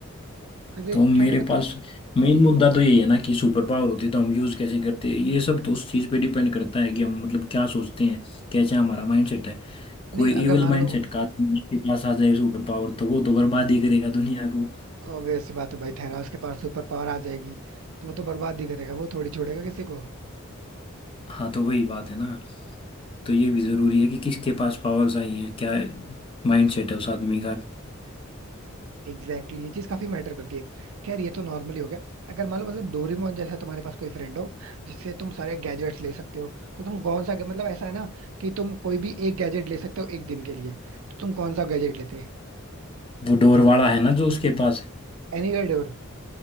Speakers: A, on the right; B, on the left.
A: वैसे
B: तो मेरे
A: खैर मैं
B: पास
A: तो
B: मेन मुद्दा तो यही है ना कि सुपर पावर होती है तो हम यूज कैसे करते हैं ये सब तो उस चीज पे डिपेंड करता है कि हम मतलब क्या सोचते हैं कैसे हमारा माइंडसेट है कोई
A: नहीं अगर
B: इविल
A: मान
B: माइंडसेट
A: लो
B: का आदमी उसके पास आ जाए सुपर पावर तो वो तो बर्बाद ही करेगा दुनिया को
A: obvious सी बात है भाई थैनोस के पास सुपर पावर आ जाएगी तो वो तो बर्बाद ही करेगा वो थोड़ी छोड़ेगा किसी को
B: हाँ तो वही बात है ना तो ये भी जरूरी है कि किसके पास पावर्स आई हैं क्या माइंडसेट है उस आदमी का
A: एग्जैक्टली exactly, ये चीज काफी मैटर करती है खैर ये तो नॉर्मली हो गया अगर मान लो मतलब डोरेमोन जैसा तुम्हारे पास कोई फ्रेंड हो जिससे तुम सारे गैजेट्स ले सकते हो तो तुम कौन सा मतलब ऐसा है ना कि तुम कोई भी एक गैजेट ले सकते हो एक दिन के लिए तो तुम कौन सा गैजेट लेते
B: वो डोर वाला है ना जो उसके पास है
A: Anywhere door